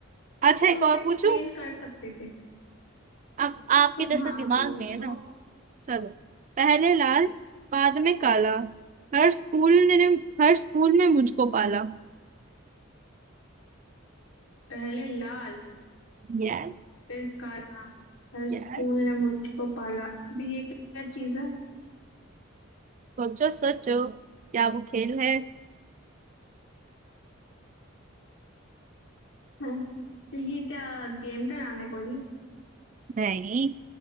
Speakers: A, on the right (about 40°); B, on the left (about 85°).
A: अच्छा एक
B: तू इसे
A: और
B: एक्सप्लेन
A: पूछू
B: कर सकती थी
A: अब आपके जैसे
B: हाँ
A: दिमाग
B: पूछो
A: में है ना चलो पहले लाल बाद में काला हर स्कूल ने हर स्कूल में मुझको पाला
B: पहले लाल
A: यस
B: फिर काला हर
A: यस
B: स्कूल ने मुझको पाला अभी ये क्या चीज है
A: सोचो सोचो क्या वो खेल है
B: हम्म, तो ये क्या गेम का नाम है कोई
A: नहीं